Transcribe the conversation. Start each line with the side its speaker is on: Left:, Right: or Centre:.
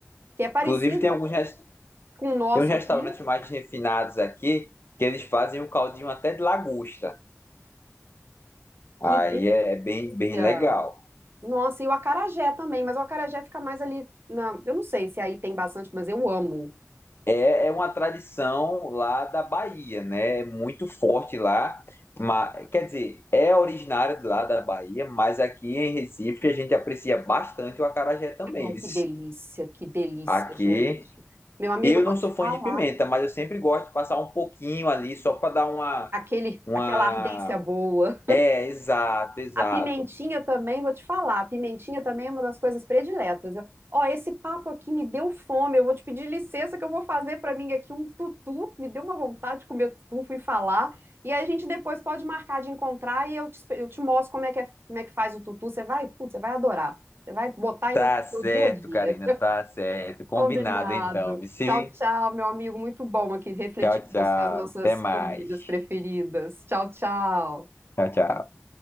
Right: Que é parecido
Left: Inclusive, tem alguns res-
Right: com o nosso
Left: tem uns restaurantes
Right: aqui,
Left: mais refinados aqui que eles fazem o caldinho até de lagosta. Aí
Right: que
Left: é, é bem, bem
Right: delícia.
Left: legal.
Right: nossa, e o acarajé também, mas o acarajé fica mais ali na, eu não sei se aí tem bastante, mas eu amo.
Left: É, é uma tradição lá da Bahia, né? É muito forte lá. Mas, quer dizer, é originário de lá da Bahia, mas aqui em Recife a gente aprecia bastante o acarajé também.
Right: Ai, que
Left: viu?
Right: delícia, que delícia,
Left: Aqui.
Right: gente. Meu amigo,
Left: Eu
Right: eu
Left: não
Right: vou te
Left: sou fã
Right: falar,
Left: de pimenta, mas eu sempre gosto de passar um pouquinho ali só para dar uma,
Right: aquele
Left: uma.
Right: aquela ardência boa.
Left: É, exato, exato.
Right: A pimentinha também, vou te falar, a pimentinha também é uma das coisas prediletas. Eu, ó, esse papo aqui me deu fome, eu vou te pedir licença que eu vou fazer para mim aqui um tutu, me deu uma vontade de comer tutu, fui falar. E aí a gente depois pode marcar de encontrar e eu te, espe- eu te mostro como é que, é- como é que faz o tutu, você vai, putz, você vai adorar. Você vai botar aí
Left: Tá
Right: no
Left: certo,
Right: seu dia a dia.
Left: Karina, tá certo. Combinado
Right: Combinado.
Left: então. Vici,
Right: Tchau, tchau, meu amigo, muito bom aqui refletir
Left: tchau,
Right: com
Left: tchau.
Right: você as nossas
Left: Até mais.
Right: comidas preferidas. Tchau, tchau.
Left: Tchau, tchau.